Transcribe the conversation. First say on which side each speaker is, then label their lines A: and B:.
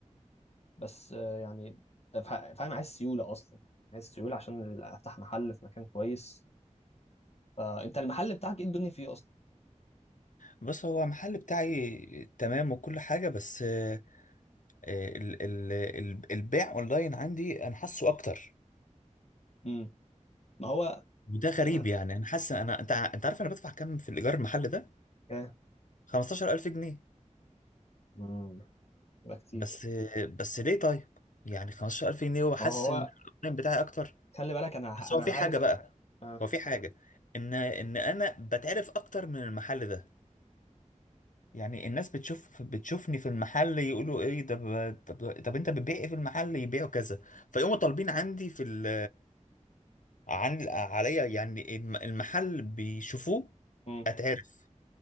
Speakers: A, on the left (about 55°); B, on the left (about 85°).
A: بس آه، يعني فا- فاهم عايز سيوله اصلا عايز سيوله عشان افتح محل في مكان كويس آه انت المحل بتاعك ايه الدنيا فيه اصلا
B: بص هو المحل بتاعي تمام وكل حاجة بس آه، ال ال ال البيع اونلاين عندي انا حاسه اكتر
A: امم ما هو
B: وده غريب
A: اه
B: يعني انا حاسس انا انت ع- انت عارف انا بدفع كام في الايجار المحل ده
A: آه،
B: 15000 جنيه
A: مم. يبقى كتير
B: بس آه، بس ليه طيب يعني 15000 جنيه وحاسس
A: ما هو
B: ان الاونلاين بتاعي اكتر
A: خلي بالك انا
B: بس
A: انا
B: هو في
A: عارف
B: حاجة بقى
A: اه
B: هو في حاجة ان ان انا بتعرف اكتر من المحل ده يعني الناس بتشوف بتشوفني في المحل يقولوا ايه ده ب... طب... طب انت بتبيع ايه في المحل يبيعوا كذا فيقوموا طالبين عندي في ال عن عليا يعني الم- المحل بيشوفوه
A: امم
B: اتعرف